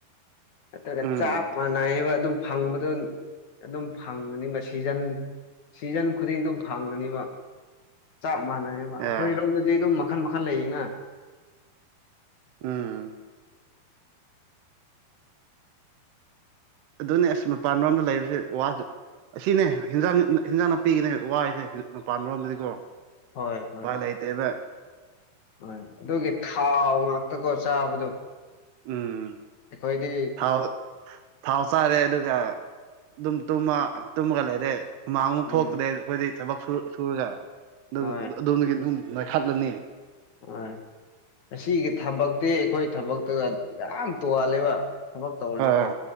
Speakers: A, on the left; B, on the right.
A: ꯅꯠꯇ꯭ꯔꯒ
B: ꯎꯝ
A: ꯆꯞ ꯃꯥꯟꯅꯏꯕ ꯑꯗꯨꯝ ꯐꯪꯕꯗꯣ ꯑꯗꯨꯝ ꯐꯪꯒꯅꯤꯕ ꯁꯤꯖꯟ ꯁꯤꯖꯟ ꯈꯨꯗꯤꯡꯗꯣ ꯐꯪꯒꯅꯤꯕ ꯆꯞ ꯃꯥꯟꯅꯌꯦꯕ
B: ꯑꯦ
A: ꯑꯩꯈꯣꯏꯔꯣꯝꯗꯗꯤ ꯑꯗꯨꯝ ꯃꯈꯟ ꯃꯈꯜ ꯂꯩꯌꯦꯅ
B: ꯎꯝ ꯑꯗꯨꯅꯦ ꯑꯁ ꯃꯄꯥꯟ ꯂꯣꯝꯗ ꯂꯩꯕꯁꯦ ꯋꯥꯁꯨ ꯑꯁꯤꯅꯦ ꯍꯤꯟꯖꯥꯡ ꯍꯦꯟꯖꯥꯡ ꯅꯥꯄꯤꯒꯤꯅꯦ ꯋꯥꯁꯦ ꯃꯄꯥꯟꯔꯣꯝꯗꯗꯤꯀꯣ
A: ꯍꯣꯏ ꯍꯣꯏ
B: ꯄꯥꯂꯩꯇꯦꯗ
A: ꯍꯣꯏ ꯑꯗꯨꯒꯤ ꯊꯥꯎ ꯉꯥꯛꯇꯀꯣ ꯆꯥꯕꯗꯣ
B: ꯎꯝ
A: ꯑꯩꯈꯣꯏꯗꯤ
B: ꯊꯥꯎ ꯊꯥꯎ ꯆꯥꯔꯦ ꯑꯗꯨꯒ ꯑꯗꯨꯝ ꯇꯨꯝꯃ ꯇꯨꯝꯃꯒ ꯂꯩꯔꯦ ꯍꯨꯃꯥꯡꯃꯨꯛ
A: ꯎꯝ
B: ꯊꯣꯛꯇ꯭ꯔꯦ ꯑꯩꯈꯣꯏꯗꯤ ꯊꯕꯛ ꯁꯨ ꯁꯨꯔꯒ ꯑꯗꯨ
A: ꯍꯣꯏ
B: ꯑꯗꯣꯝꯗꯒꯤ ꯑꯗꯨꯝ ꯅꯣꯏꯈꯠꯂꯅꯤ
A: ꯍ ꯑꯁꯤꯒꯤ ꯊꯕꯛꯇꯤ ꯑꯩꯈꯣꯏ ꯊꯕꯛꯇꯨꯒ ꯌꯥꯝ ꯇꯣꯉꯥꯜꯂꯦꯕ ꯊꯕꯛ ꯇꯧꯔꯥꯁꯨꯀꯣ
B: ꯑꯥ